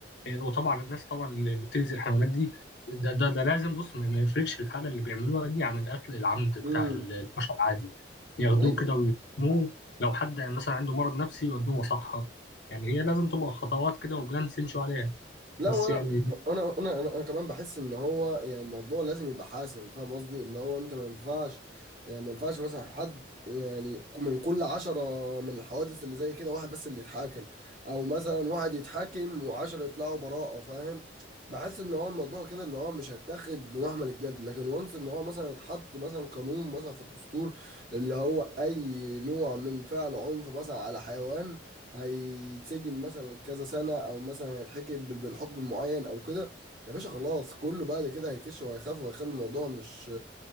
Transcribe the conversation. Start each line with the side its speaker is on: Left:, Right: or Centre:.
Left: آه، وطبعا الناس طبعا اللي اللي بتأذي الحيوانات دي ده ده, ده لازم بص ما ما يفرقش الحالة اللي بيعملوها دي عن القتل العمد بتاع
Right: امم
Left: ال- البشر عادي ياخدوه
Right: اي
Left: كده ويرموه لو حد مثلا عنده مرض نفسي يودوه مصحة يعني هي لازم تبقى خطوات كده وبلانس يمشوا عليها
Right: لا
Left: بس
Right: وانا
Left: يعني
Right: انا انا انا أنا كمان بحس ان هو يعني الموضوع لازم يبقى حاسم فاهم قصدي اللي هو انت ما ينفعش يعني ما ينفعش مثلا حد يعني من كل عشرة من الحوادث اللي زي كده واحد بس اللي يتحاكم او مثلا واحد يتحاكم وعشرة يطلعوا براءة فاهم بحس ان هو الموضوع كده اللي هو مش هيتاخد بمحمل الجد لكن وانس ان هو مثلا اتحط مثلا قانون مثلا في الدستور اللي هو اي نوع من فعل عنف مثلا على حيوان هيتسجن مثلا كذا سنة او مثلا هيتحكم بال- بالحكم المعين او كده يا باشا خلاص كله بعد كده هيكش وهيخاف وهيخلي الموضوع مش